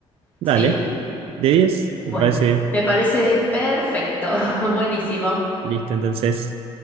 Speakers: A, on the right; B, on the left.
A: Dale,
B: ¿sí?
A: de 10
B: Bueno,
A: me parece bien.
B: me parece perfecto, <laughs> buenísimo.
A: Listo, entonces.